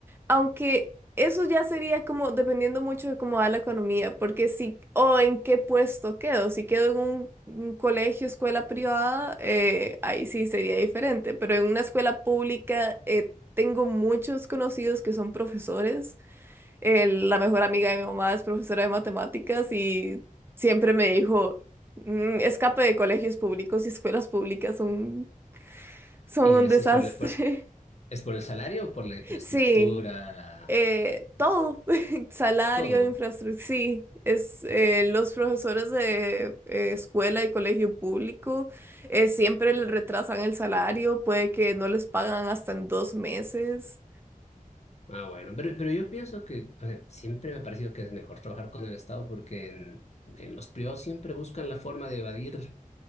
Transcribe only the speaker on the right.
Aunque eso ya sería como dependiendo mucho de cómo va la economía, porque si, o en qué puesto quedo, si quedo en un, un colegio, escuela privada, eh, ahí sí sería diferente, pero en una escuela pública eh, tengo muchos conocidos que son profesores. Eh, la mejor amiga de mi mamá es profesora de matemáticas y siempre me dijo, "Mm, escape de colegios públicos y escuelas públicas son, son
un
desastre.
<laughs>
Sí.
Eh, todo, <laughs> salario,
infraestructura, sí, es, eh, los profesores de eh, escuela y colegio público eh, siempre les retrasan el salario, puede que no les pagan hasta en dos meses.